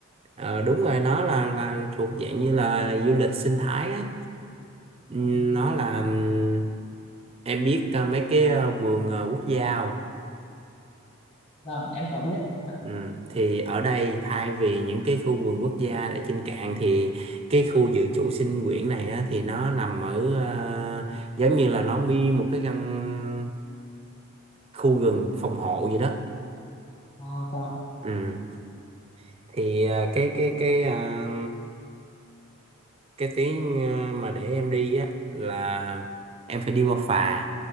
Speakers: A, on the right (about 25°); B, on the left (about 25°).
A: Ờ, đúng rồi nó là là thuộc dạng như là du lịch sinh thái á Ừm,
B: Vâng,
A: nó là ừm, em biết ờ, mấy cái ờ, vườn ờ, quốc gia không?
B: vâng, em có biết anh ạ.
A: Ừm, thì ở đây thay vì những cái khu vườn quốc gia ở trên cạn thì cái khu dự trữ sinh quyển này á, thì nó nằm ở ờ, giống như là nó mi một cái căn khu rừng phòng hộ gì đó.
B: À, vâng,
A: Ừm, thì ờ, cái cái cái ờ, cái tuyến ờ, mà để em đi á là em phải đi qua phà